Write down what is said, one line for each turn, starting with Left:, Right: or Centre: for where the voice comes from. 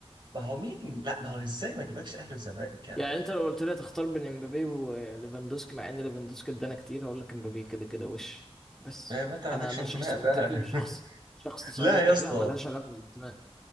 Right: ما هو مين؟ لا ما هو ازاي ما جيبكش اهلي وزمالك يعني؟
Centre: يعني انت لو قلت لي هتختار بين امبابي وليفاندوسكي مع ان ليفاندوسكي ادانا كتير هقول لك امبابي كده كده وش بس
Right: لا ما انت ما عندكش
Centre: انا انا
Right: انتماء
Centre: شخص منطقي
Right: بقى
Centre: وشخص شخص
Right: <laughs>
Centre: صريح
Right: لا يا اسطى
Centre: لا ملهاش علاقه بالانتماء